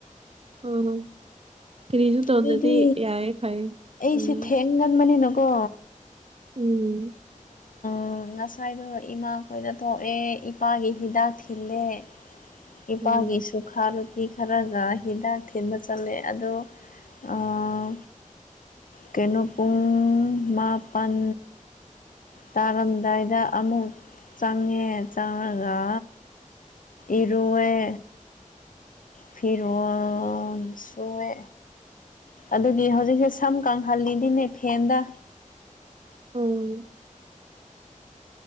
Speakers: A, on the right (about 45°); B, on the left (about 75°).
A: ꯎꯝ ꯀꯔꯤꯁꯨ ꯇꯧꯗ꯭ꯔꯗꯤ
B: ꯑꯩꯗꯤ
A: ꯌꯥꯏꯌꯦ ꯐꯩꯌꯦ
B: ꯑꯩꯁꯦ
A: ꯎꯝ
B: ꯊꯦꯡꯒꯟꯕꯅꯤꯅꯀꯣ
A: ꯎꯝ
B: ꯎꯝ ꯉꯁꯥꯏꯗꯣ ꯏꯃꯥꯈꯣꯏꯗ ꯊꯣꯛꯑꯦ ꯏꯄꯥꯒꯤ ꯍꯤꯗꯥꯛ ꯊꯤꯜꯂꯦ ꯏꯄꯥꯒꯤ
A: ꯎꯝ
B: ꯁꯨꯈꯥ ꯔꯨꯇꯤ ꯈꯔꯒ ꯍꯤꯗꯥꯛ ꯊꯤꯟꯕ ꯆꯠꯂꯦ ꯑꯗꯣ ꯑꯥ ꯀꯩꯅꯣ ꯄꯨꯡ ꯃꯥꯄꯟ ꯇꯥꯔꯝꯗꯥꯏꯗ ꯑꯃꯨꯛ ꯆꯪꯉꯦ ꯆꯪꯉꯒ ꯏꯔꯨꯑꯦ ꯐꯤꯔꯣꯜ ꯁꯨꯋꯦ ꯑꯗꯨꯒꯤ ꯍꯧꯖꯤꯛꯁꯦ ꯁꯝ ꯀꯪꯍꯜꯂꯤꯅꯤꯅꯦ ꯐꯦꯟꯗ
A: ꯑꯝ